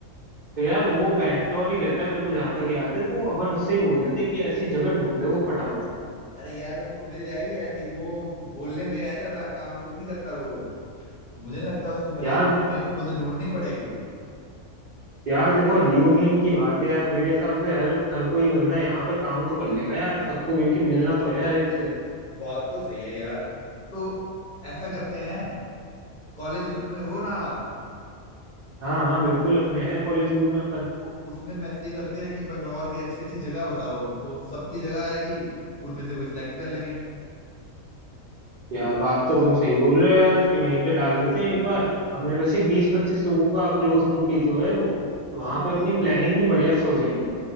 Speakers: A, on the right; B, on the left.
A: तो यार वो बैंगलोर ही रहता है मेरे को जहाँ तक याद है तो अपन उससे ही बोल देते हैं कि ऐसी जगह ढूंढते हैं वो फटाफट से
B: अरे यार उसको मिल जाएगी ऐसी वो बोलने में आ जाता काम कुम नहीं करता वो मुझे नहीं लगता उसको मिलेगी
A: यार
B: हमें खुद ढूंढनी पड़ेगी
A: यार देखो रीयूनियन की बात है यार मेरे हिसाब से हर हर कोई बंदा यहाँ पे काम तो कर लेगा यार सबको क्योंकि मिलना तो है यार एक से
B: बात तो सही है यार तो ऐसा करते हैं कॉलेज ग्रुप में हो ना आप
A: हाँ हाँ बिल्कुल अपने हैं कॉलेज ग्रुप में अपन
B: तो उसमें मैसेज करते हैं कि बंगलौर की अच्छी अच्छी जगह बताओ तो सबकी जगह आएगी उनमें से कोई सिलेक्ट कर लेंगे
A: यार बात तो तुम सही बोल रहे हो यार कि वहीं पे डाल देते हैं एक बार अपने वैसे बीस पच्चीस लोगों का क्लोज ग्रुप ही तो है वो तो
B: हाँ
A: वहां पे
B: बीस
A: अपनी
B: पच्चीस
A: प्लानिंग
B: लोग
A: भी बढ़िया से हो जाएगी